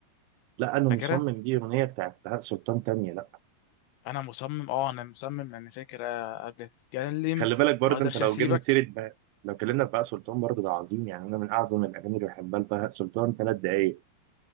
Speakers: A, on the right (about 80°); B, on the left (about 80°).
A: لا انا
B: فاكرها
A: مصمم دي اغنيه بتاعت بهاء سلطان تانيه لا
B: انا مصمم اه انا مصمم انا فاكر قبل تتكلم
A: خلي بالك برضه
B: ما اقدرش
A: انت لو
B: اسيبك
A: جبنا سيره بهاء لو اتكلمنا في بهاء سلطان برضه ده عظيم يعني انا من اعظم الاغاني اللي بحبها لبهاء سلطان ثلاث دقايق